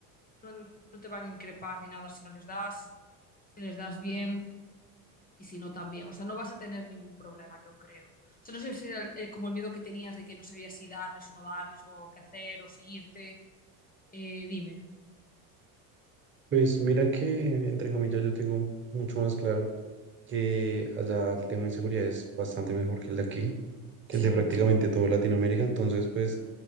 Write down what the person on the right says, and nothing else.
Pues mira que, entre comillas, yo tengo mucho más claro que allá el tema de seguridad es bastante mejor que el de aquí. que
el de prácticamente todo Latinoamérica, entonces pues